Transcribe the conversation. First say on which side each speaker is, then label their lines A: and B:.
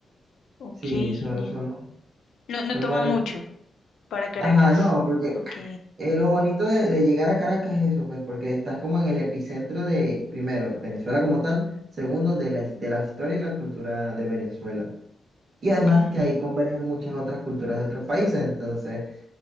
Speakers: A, on the left (about 75°); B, on the right (about 50°).
A: ok,
B: Sí, son,
A: genial.
B: son,
A: No, no
B: son
A: toma
B: lugares.
A: mucho. Para Caracas.
B: Ajá, no, porque
A: Ok.
B: eh, lo bonito de, de llegar a Caracas es eso, pues, porque estás como en el epicentro de, primero, Venezuela como tal, segundo, de la, de la historia y la cultura de Venezuela. Y además
A: Ok.
B: que ahí convergen muchas otras culturas de otros países, entonces